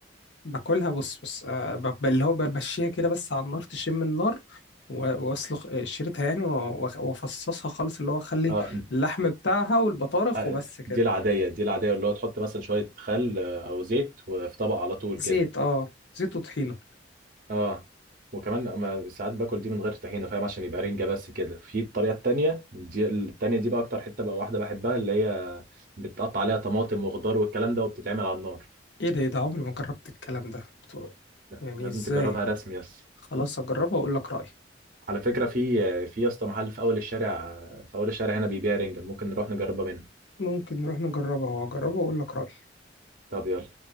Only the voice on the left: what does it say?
باكلها بص بص آه، ب- ب- اللي هو بمشيها كده بس على النار تشم النار و- واسلخ آه، شريتها يعني و- و- وافصصها خالص اللي هو اخلي
اللحم بتاعها والبطارخ
وبس كده
زيت اه زيت وطحينة
ايه ده ايه ده عمري ما جربت الكلام ده بتو-
يعني
ازاي
خلاص هجربها واقول لك رأيي
ممكن نروح نجربها واجربها واقول لك رأيي